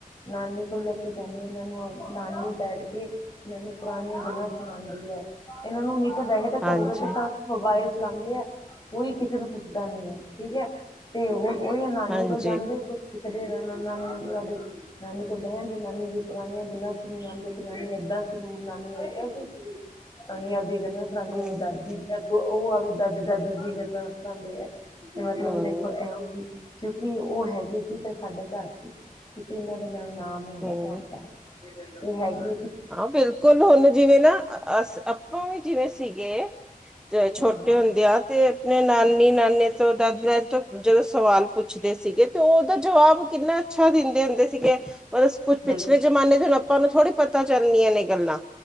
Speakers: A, on the left (about 30°); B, in the centre.
A: ਨਾਨੀ ਕੋਲ ਲੈ ਕੇ ਜਾਂਦੀ ਹਾਂ ਇਹਨਾਂ ਨੂੰ ਨਾਨੀ ਬੈਠ ਕੇ ਇਹਨਾਂ ਨੂੰ ਪੁਰਾਣੀਆਂ ਗੱਲਾਂ ਸੁਣਾਉਂਦੀ ਹੈ, ਇਹਨਾਂ ਨੂੰ ਨਹੀਂ ਤਾਂ ਬੈਕੇ, ਤਾਂ
B: ਹਾਂਜੀ
A: ਘਰੇ ਬੈਠੇ, ਮੋਬਾਇਲ ਚਲਾਉਂਦੇ ਐ। ਕੋਈ ਕਿਸੇ ਨੂੰ ਪੁੱਛਦਾ ਨੀ ਹੈ, ਠੀਕ ਹੈ, ਤੇ ਹੁਣ ਔਹੀ ਨਾਨੀ
B: ਹਾਂਜੀ
A: ਕੋਲ ਜਾਂਦੇ, ਕੁਛ ਸਿੱਖਦੇ ਨਾ। ਨਾਨੀ ਸਾਡੇ ਨਾਨੀ ਕੋਲ ਬਹਿਦੇ, ਨਾਨੀ ਦੀਆਂ ਪੁਰਾਣੀਆਂ ਗੱਲਾਂ ਸੁਣਉਂਦੇ, ਕਿ ਨਾਨੀ ਏਦਾਂ ਸੀ ਨਾਨੀ ਏਦਾਂ ਦੀ ਸੀ, ਨਾਨੀਆਂ ਦੀ ਗੱਲਾਂ ਸੁਣਾਉਂਦੀ
B: ਹਮ
A: ਆ ਦਾਦੀ ਦੀ ਉਹਦੇ ਦਾਦੀ ਦਾਦੀ ਦੀਆਂ ਗੱਲਾਂ ਸੁਣਾਉਂਦੇ ਆ ਮਤਲਬ
B: ਹਮ
A: ਦੇਖੋ ਇਹੋ ਜਿਹੀ ਕਿਉਂਕਿ ਉਹ ਹੈਗੇ ਸੀ ਸਾਡੇ ਘਰ ਦੇ, ਕਿਉਂਕਿ ਇਹਨਾਂ ਦੇ ਨਾਲ ਨਾਮ ਹੁੰਦਾ
B: ਹਮ
A: ਘਰ ਦਾ ਏ ਹੈਗੀ ਐ
B: ਹਾਂ ਬਿਲਕੁਲ ਹੁਣ ਜਿਵੇਂ ਨਾ ਅ ਆਪਾਂ ਵੀ ਜਿਵੇਂ ਸੀਗੇ ਛੋਟੇ
A: ਹਮ
B: ਤੇ ਹੁੰਦੇ ਆ, ਤੇ ਆਪਣੇ ਨਾਨੀ ਨਾਨੇ ਤੋਂ, ਦਾਦੀ ਤੋਂ ਜਦੋਂ ਸਵਾਲ ਪੁੱਛਦੇ ਸੀਗੇ, ਤੇ ਉਹਦਾ ਜਵਾਬ ਕਿੰਨਾ ਅੱਛਾ ਦਿੰਦੇ ਹੁੰਦੇ ਸੀਗੇ ਪਰਤਲਬ ਕੁਛ
A: ਬਿਲਕੁਲ
B: ਪਿਛਲੇ ਜਮਾਨੇ ਦੇ, ਹੁਣ ਆਪਾਂ ਨੂੰ ਥੋੜ੍ਹੀ ਪਤਾ ਚੱਲਣੀਆਂ ਨੇ ਗੱਲਾਂ